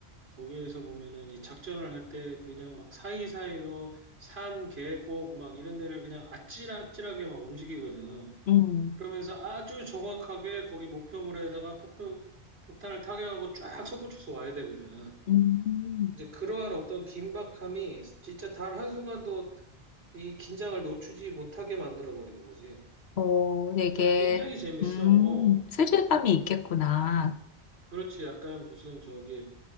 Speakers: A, on the right (about 65°); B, on the left (about 70°).
A: 거기에서 보면은 이 작전을 할 때 그냥 막 사이사이로 산, 계곡 막 이런 데를 그냥 아찔아찔하게 막 움직이거든.
B: 음,
A: 그러면서 아주 정확하게 거기 목표물에다가 폭포, 폭탄을 타격하고 쫙 솟구쳐서 와야 되거든.
B: 음.
A: 이제 그러한 어떤 긴박함이 진짜 단 한순간도 이 긴장을 놓치지 못하게 만들어 버리는 거지.
B: 어, 되게,
A: 그래서 굉장히 재밌어.
B: 음,
A: 어.
B: 스릴감이 있겠구나.
A: 그렇지. 약간 무슨 저기